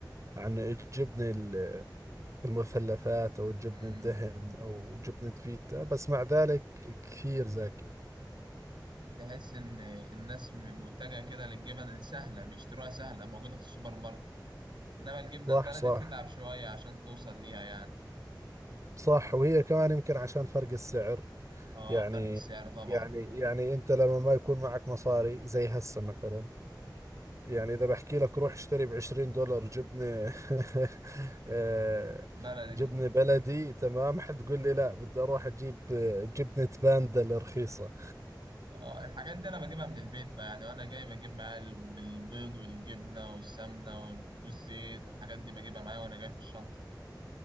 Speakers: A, on the right (about 40°); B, on the right (about 80°).
A: عن الجبنة ال- المثلثات أو الجبنة
B: امم
A: الدهن أو جبنة فيتا بس مع ذلك كثير زاكية
B: تحس ان الناس متجهه كده للجبن السهله بيشتروها سهله موجوده في السوبر ماركت انما الجبنه
A: صح
B: البلدي
A: صح
B: بتتعب شويه عشان توصل ليها يعني
A: صح وهي كمان يمكن عشان فرق السعر
B: اه
A: يعني
B: فرق السعر طبعا
A: يعني يعني أنت لما ما يكون معك مصاري زي هسه مثلا يعني إذا بحكي لك روح اشتري بعشرين دولار جبنة <laughs> آه،
B: بلدي
A: جبنة بلدي تمام حتقول لي لا بدي أروح أجيب آه، جبنة باندا الرخيصة
B: اه الحاجات دي انا بجيبها من البيت بقى يعني وانا جاي بجيب معايا الب- البيض والجبنه والسمنه وال- والزيت والحاجات دي بجيبها معايا وانا جاي في الشنطه